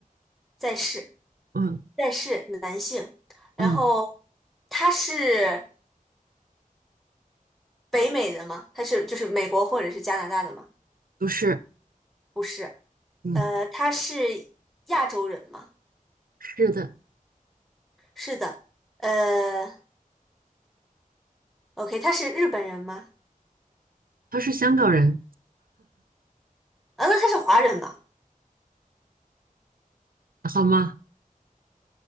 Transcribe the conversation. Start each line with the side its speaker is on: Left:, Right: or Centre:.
Centre: 在世，
Right: 嗯
Centre: 在世，男性。然后
Right: 嗯，
Centre: 他是北美的吗？他是就是美国或者是加拿大的吗？
Right: 不是，
Centre: 不是，
Right: 嗯，
Centre: 呃，他是亚洲人吗？
Right: 是的，
Centre: 是的，呃，OK，他是日本人吗？
Right: 他是香港人，
Centre: 啊，那他是华人吗？
Right: 好吗？